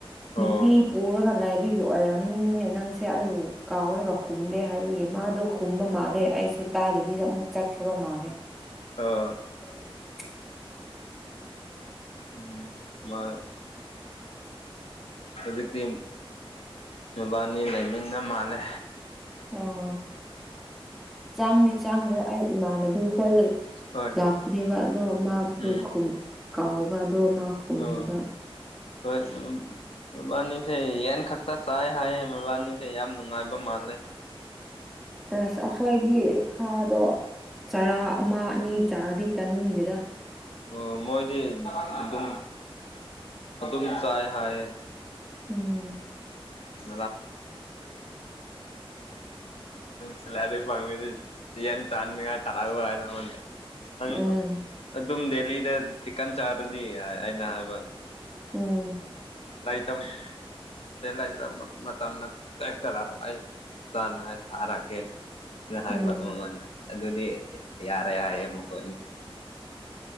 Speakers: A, on the left; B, in the centre.
A: ꯑꯣ
B: ꯅꯨꯄꯤ ꯄꯨꯔꯒ ꯂꯥꯏꯕꯤꯒꯤ ꯑꯣꯏꯔꯝꯅꯤꯍꯦ ꯅꯪꯁꯦ ꯑꯩ ꯀꯥꯎꯔꯒ ꯈꯨꯝꯗꯦ ꯍꯥꯏꯕꯒꯤ ꯃꯥꯗꯣ ꯈꯨꯝꯕ ꯃꯥꯜꯂꯦ ꯑꯩꯁꯨ ꯇꯥꯗꯕꯤꯗ ꯑꯃꯨꯛ ꯆꯠꯈ꯭ꯔꯥꯕ ꯃꯥꯜꯂꯦ
A: ꯑꯣ
B: <unintelligible>
A: ꯎꯝ ꯃꯥ ꯍꯧꯖꯤꯛꯇꯤ ꯃꯕꯥꯅꯤ ꯂꯩꯃꯤꯟꯅ ꯃꯥꯜꯂꯦ
B: ꯑꯣ ꯆꯥꯡꯗꯤ ꯆꯥꯡꯗꯔꯦ ꯑꯩ ꯏꯃꯥꯟꯅꯕꯤ ꯈꯣꯏꯒ
A: ꯍꯣꯏ
B: ꯂꯥꯛꯕꯅꯦꯕ ꯑꯗꯣ ꯃꯥꯕꯨꯁꯨꯨ
A: ꯎꯝ
B: ꯀꯥꯎꯕ ꯑꯗꯣ ꯃꯥ ꯈꯨꯝꯗꯕ
A: ꯑꯣ ꯍꯣꯏ ꯎꯝ ꯃꯕꯥꯅꯤꯁꯦ ꯌꯦꯟ ꯈꯛꯇ ꯆꯥꯏ ꯍꯥꯏꯌꯦ ꯃꯕꯥꯏꯅꯤꯁꯦ ꯌꯥꯝ ꯅꯨꯡꯉꯥꯏꯕ ꯃꯥꯜꯂꯦ
B: ꯑꯁ ꯑꯩꯈꯣꯏꯗꯤ ꯁꯥꯗꯣ ꯆꯔꯥ ꯑꯃ ꯑꯅꯤ ꯆꯥꯔꯗꯤ ꯆꯥꯅꯤꯡꯗꯦꯗ
A: ꯑꯣ ꯃꯣꯏꯗꯤ ꯑꯗꯨꯝ ꯑꯗꯨꯝ ꯆꯥꯏ ꯍꯥꯏ
B: ꯎꯝ
A: ꯣ ꯇꯦ ꯁꯤꯥꯏꯔ ꯄꯗꯤ <unintelligible> ꯌꯦꯟ ꯆꯥꯅꯤꯉꯥꯢ ꯊꯔꯛꯎ ꯍꯥꯏ ꯑꯩꯉꯣꯟꯗ ꯅꯪ
B: ꯎꯝ
A: ꯑꯗꯨꯝ ꯗꯦꯂꯤꯗ ꯆꯤꯛꯀꯟ ꯆꯥꯗꯗꯤ ꯍꯥꯏ ꯑꯩꯅ ꯍꯥꯏꯕ
B: ꯎꯝ
A: ꯂꯥꯏꯇꯝ ꯆꯂ <inaudible> ꯃꯇꯝꯗ ꯇꯦꯛꯊꯔꯛꯑꯣ ꯑꯩ ꯆꯥꯅꯉꯥꯏ ꯊꯥꯔꯛꯀꯦ ꯍꯥꯏꯕ
B: ꯎꯝ
A: ꯑꯝ ꯃꯉꯣꯡꯗ ꯑꯗꯨꯗꯤ ꯌꯥꯔꯦ ꯌꯥꯌꯦ ꯑꯃꯨꯛꯀꯣ